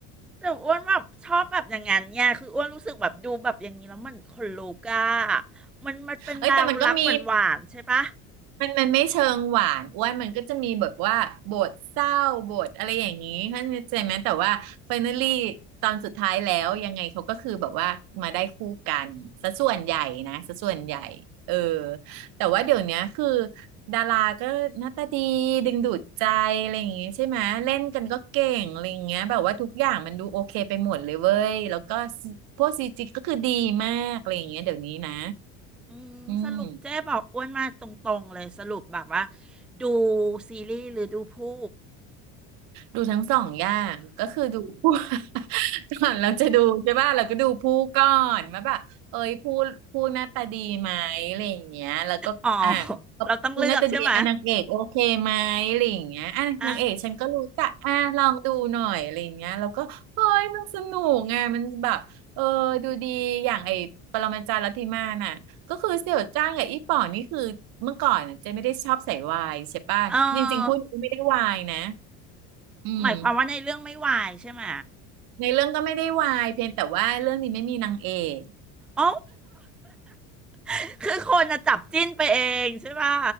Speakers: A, in the centre; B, on the right.
A: แต่อ้วนแบบชอบแบบอย่างนั้นเนี่ยคืออ้วนรู้สึกแบบดูแบบอย่างนี้แล้วมันคนลูกอะมันมันเป็นแนวรักหวานหวานใช่ปะ
B: เอ้ยแต่มันก็มี มันมันไม่เชิงหวานอ้วนมันก็จะมีแบบว่าบทเศร้าบทอะไรอย่างนี้เข้าใจไหมแต่ว่า finally ตอนสุดท้ายแล้วยังไงเขาก็คือแบบว่ามาได้คู่กันซะส่วนใหญ่นะซะส่วนใหญ่เออแต่ว่าเดี๋ยวเนี้ยคือดาราก็หน้าตาดีดึงดูดใจอะไรอย่างงี้ใช่ไหมเล่นกันก็เก่งอะไรอย่างเงี้ยแบบว่าทุกอย่างมันดูโอเคไปหมดเลยเว้ยแล้วก็ซีพวกซีจีก็คือดีมากอะไรอย่างเงี้ยเดี๋ยวนี้นะ
A: อืมสรุปเจ๊บอกอ้วนมาตรงๆเลยสรุปแบบว่า
B: อืม
A: ดูซีรีส์หรือดูผู้
B: ดูทั้งสองอย่างก็คือดูผู้ <laughs> ก่อนเราจะดูใช่ป่ะเราก็ดูผู้ก่อนว่าแบบเอ้ยผู้ผู้หน้าตาดีไหมอะไรอย่างเงี้ยแล้วก็อ่ะ
A: อ๋อ
B: ก็ผู้หน้าตาดีอ่ะนางเอกโอเคไหมอะไรอย่างเงี้ยอ่ะนางเอกฉันก็รู้จักอ่ะลองดูหน่อยอะไรอย่างเงี้ยแล้วก็เฮ้ยมันสนุกไงมันแบบเออดูดีอย่างไอ้ปรมาจารย์ลัทธิมาน่ะก็คือเสี่ยวจ้างกับอีป๋องนี่คือเมื่อก่อนน่ะเจะไม่ได้ชอบใส่วายใช่ป่ะจริงๆคู่นี้ก็ไม่ได้วายนะ
A: เราต้องเลือกใช่ไหมอ่ะเออ
B: อืม
A: หมายความว่าในเรื่องไม่วายใช่ไหม
B: ในเรื่องก็ไม่ได้วายเพียงแต่ว่าเรื่องนี้ไม่มีนางเอก
A: อ๋อ <laughs> คือคนจะจับจิ้นไปเองใช่ป่ะ